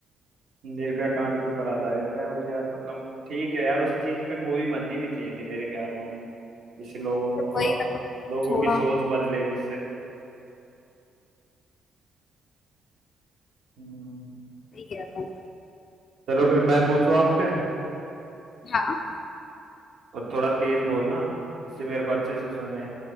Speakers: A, on the right; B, on the left.
A: निर्भया कांड के ऊपर आधारित है और यार मतलब ठीक है यार उस चीज पे मूवी बननी भी चाहिए थी मेरे ख्याल में जिससे लोगों
B: हाँ, मतलब
A: को थोड़ा
B: वही मतलब
A: लोगों
B: थोड़ा
A: की सोच बदले जिससे हम्म,
B: सही गया था
A: चलो फिर मैं पूछूं आपसे
B: हाँ
A: और थोड़ा तेज बोलना जिससे मेरे को अच्छे से सुने